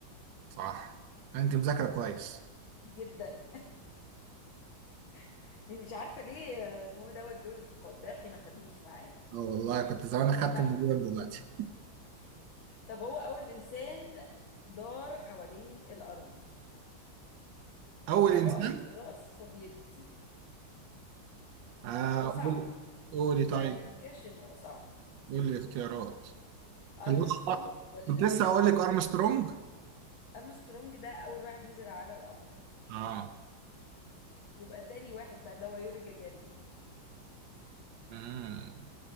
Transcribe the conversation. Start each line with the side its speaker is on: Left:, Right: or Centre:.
Right: صح انت مذاكره كويس
Left: جدا <laughs> مش عارفه ليه آه، اسمه إيه دوت جورج قداحي ما خدنيش معاه
Right: اه والله كنت زمان
Left: مش
Right: اخدت
Left: فاهمه
Right: من جوه دلوقتي
Left: طب هو اول انسان دار حوالين الارض
Right: اول
Left: ده
Right: انسان
Left: رائد فضاء سوفيتي
Right: آه،
Left: هو صعب
Right: قولي قولي
Left: يعني
Right: طيب
Left: ما انكرش انه صعب
Right: قولي الاختيارات
Left: ارمسترونج
Right: اللي هو
Left: ولا
Right: كنت لسه هقول لك ارمسترونج
Left: ايه ارمسترونج ده اول واحد نزل على القمر
Right: اه
Left: يبقى تاني واحد بقى اللي هو يوري جاجارين
Right: مم.